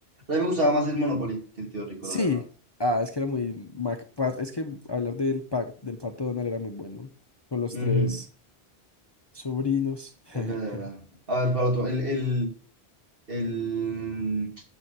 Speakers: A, on the right; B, on the left.
A: a mí me gustaba más el Monopoly que el Tío Rico,
B: Sí.
A: la verdad.
B: Ah, es que era muy... Mac... pa- Es que hablar del, pac... del Pato Donald era muy bueno. Con los
A: Ujú,
B: tres sobrinos.
A: Es verdad,
B: <laughs>
A: es verdad. A ver, para otro. El, el, el...